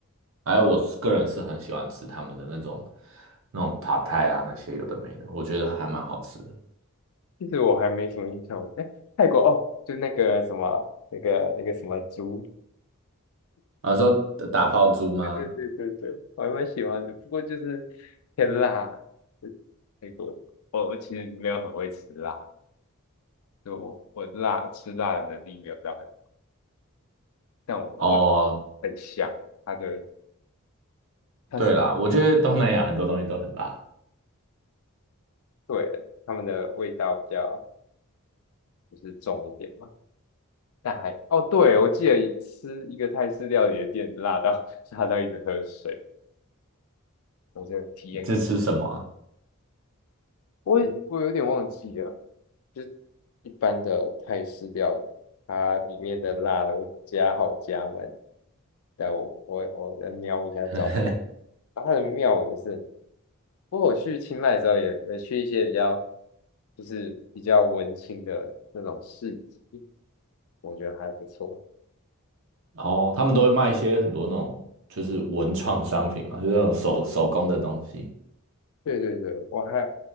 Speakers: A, on the right (about 60°); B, on the left (about 75°).
A: 还有我个人是很喜欢吃他们的那种那种 p a 啊，那些有的没的，我觉得还蛮好吃的。
B: 其实我还没什么印象，哎，泰国哦，就那个什么那个那个什么竹
A: 啊，说打泡猪吗？
B: 对对对对对，我还蛮喜欢的，不过就是偏辣，那个我我其实没有很会吃辣，就我我辣吃辣的能力没有到很，但我我
A: 哦，
B: 很香，它的它是
A: 对啦，我觉得东南亚很多东西都很辣，
B: 对它们的味道比较就是重一点嘛，但还哦对，我记得吃一个泰式料理的店辣到 <laughs> 辣到一直喝水，我就体验看，
A: 这吃什么啊
B: 我我有点忘记了，就一般的泰式料理，它里面的辣的我加好加满。但我我我来瞄一下照片，
A: <laughs>
B: 啊它的庙也是，不过我去清迈之后也也去一些比较就是比较文青的那种市集，我觉得还不错。
A: 然后他们都会卖一些很多那种就是文创商品啊，<laughs> 就是那种手手工的东西。
B: 对对对，我还